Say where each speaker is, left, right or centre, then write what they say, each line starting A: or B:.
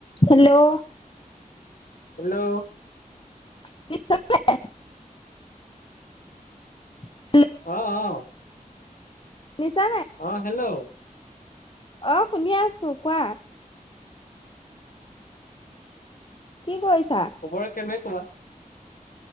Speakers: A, on the left; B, on the left.
A: Hello,
B: hello
A: <unintelligible> উ <inaudible>
B: অ-অ,
A: শুনিছা
B: অহ হেল্ল'
A: অঁহ শুনি আছো কোৱা? কি কৈৰিছ?
B: খবৰ কেনে বা